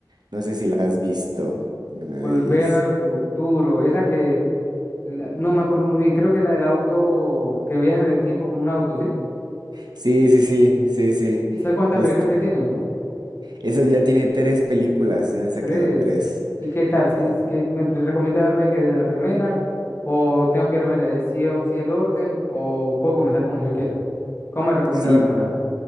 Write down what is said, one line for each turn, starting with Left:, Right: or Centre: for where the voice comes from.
Right: No sé si la has visto, una de
Left: Volver
Right: ellas.
Left: al futuro, es la que, la- no me acuerdo muy bien, creo que la del auto, que viajan en el tiempo con un auto, ¿sí?
Right: Sí, sí, sí, sí, sí,
Left: ¿Sabes cuántas
Right: justo.
Left: películas que tiene?
Right: Esa ya tiene tres películas, ya han sacado
Left: Tres.
Right: tres.
Left: ¿Y qué tal? ¿Si
Right: Sí.
Left: es que me pre- recomienda verme que desde la primera? ¿O tengo que verme de sí o sí el orden? ¿O puedo comenzar como yo quiera? ¿Cómo me recomienda
Right: Sí,
Left: vérmela?